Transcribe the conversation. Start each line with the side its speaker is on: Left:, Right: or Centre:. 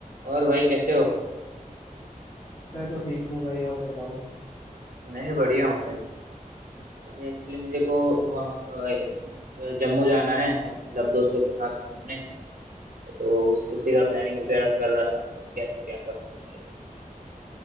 Right: और भाई कैसे हो
Left: मैं तो ठीक हूँ भाई आप बताओ
Right: नहीं बढ़िया हूँ भाई अभी एक्चुअली मुझे को वहाँ अ, एक- जम्मू जाना है मतलब दोस्तों के साथ घूमने तो उसकी उसी का प्लानिंग
Left: अच्छा
Right: वगैरह से कर रहा था कैसे क्या करना है मेरे को